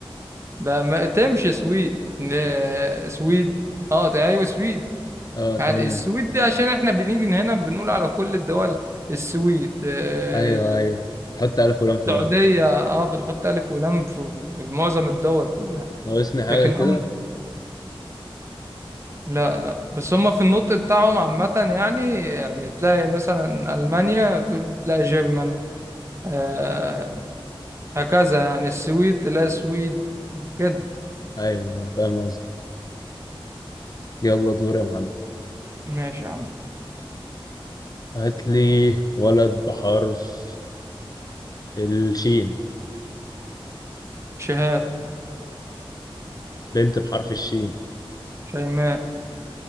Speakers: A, on the right (about 30°); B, on the left (about 40°).
A: لا ما تمشي سويد ن- سويد اه ده- ايوه سويد
B: اه
A: يعني
B: تمام
A: السويد دي عشان احنا بنيجي هنا بنقول على كل الدول السويد آه،
B: ايوه ايوه حط على فلان في الاول
A: السعودية اه بنحط ألف ولام في, في معظم الدول كلها
B: ناقصني حاجة
A: لكن
B: كده
A: هم لا لا بس هم في النطق بتاعهم عامة يعني يعني تلاقي مثلا ألمانيا تقول تلاقي جيرمان آه هكذا يعني السويد تلاقي سويد كده
B: ايوه ايوه فاهم قصدي يلا دور يا معلم
A: ماشي يا عم
B: هات لي ولد بحرف الشين
A: شهاب
B: بنت بحرف الشين
A: شيماء